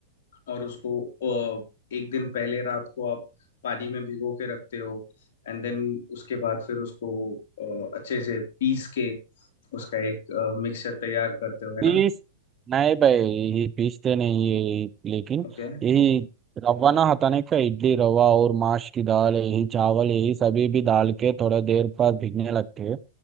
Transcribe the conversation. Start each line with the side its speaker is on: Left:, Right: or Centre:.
Left: और उसको अ, एक दिन पहले रात को आप पानी में भिगो के रखते हो एंड देन उसके बाद फिर उसको अ, अच्छे से पीस के उसका एक मिक्सचर तैयार करते हो है
Right: पीस
Left: ना
Right: नहीं भाई यही पीसते नहीं है यही, लेकिन
Left: ओके
Right: यही रवा ना हटाने का इडली रवा और माश की दाल यही चावल यही सभी भी डाल के थोड़ा देर पर भीगने लगते हैं